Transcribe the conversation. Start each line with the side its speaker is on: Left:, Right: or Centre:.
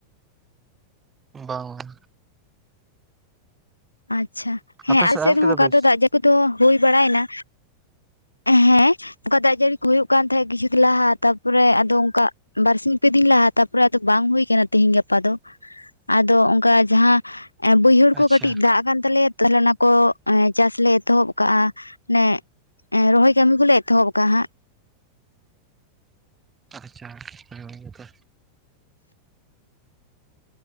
Right: ᱵᱟᱝᱼᱟ
Left: ᱟᱪᱪᱷᱟ ᱦᱮᱸ
Right: ᱟᱯᱮ
Left: ᱟᱞᱮ
Right: ᱥᱮᱫ
Left: ᱥᱮᱫᱦᱚᱸ
Right: ᱮᱦᱚᱵ ᱠᱮᱫᱟ
Left: ᱚᱱᱠᱟ
Right: ᱯᱮ
Left: ᱫᱚ ᱫᱟᱜ ᱡᱟᱹᱲᱤ ᱠᱚᱫᱚ ᱦᱩᱭ ᱵᱟᱲᱟᱭᱮᱱᱟ ᱦᱮᱸ ᱚᱱᱠᱟ ᱫᱟᱜ ᱡᱟᱹᱲᱤ ᱠᱚ ᱦᱩᱭᱩᱜ ᱠᱟᱱ ᱛᱟᱦᱮᱸᱫ ᱠᱤᱪᱷᱩ ᱫᱤᱱ ᱞᱟᱦᱟ ᱛᱟᱯᱚᱨᱮ ᱟᱫᱚ ᱚᱱᱠᱟ ᱵᱟᱨᱥᱤᱧ ᱯᱮ ᱫᱤᱱ ᱞᱟᱦᱟ ᱛᱟᱨᱯᱚᱨᱮ ᱟᱫᱚ ᱵᱟᱝ ᱦᱩᱭ ᱟᱠᱟᱱᱟ ᱛᱤᱦᱤᱧ ᱜᱟᱯᱟ ᱫᱚ ᱟᱫᱚ ᱚᱱᱠᱟ ᱡᱟᱦᱟᱸ ᱵᱟᱹᱭᱦᱟᱹᱲ ᱠᱚ
Right: ᱟᱪᱪᱷᱟ
Left: ᱠᱟᱹ ᱫᱟᱜ ᱠᱟᱱ ᱛᱟᱞᱮᱭᱟ ᱛᱟᱦᱞᱮ ᱚᱱᱟ ᱠᱚ ᱪᱟᱥ ᱞᱮ ᱮᱛᱚᱦᱚᱵ ᱟᱠᱟᱫᱼᱟ ᱢᱟᱱᱮ ᱨᱚᱦᱚᱭ ᱠᱟᱹᱢᱤ ᱠᱚᱞᱮ ᱮᱛᱚᱦᱚᱵ ᱟᱠᱟᱫᱼᱟ ᱦᱟᱸᱜ
Right: ᱟᱪᱪᱷᱟ, ᱱᱟᱯᱟᱭ ᱵᱟᱲᱟ ᱜᱮᱛᱚ?